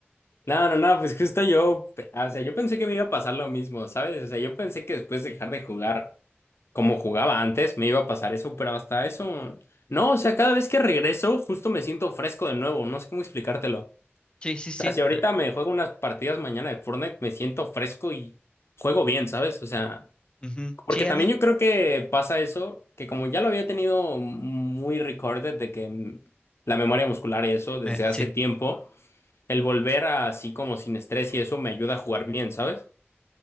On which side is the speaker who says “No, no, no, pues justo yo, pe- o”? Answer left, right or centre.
Left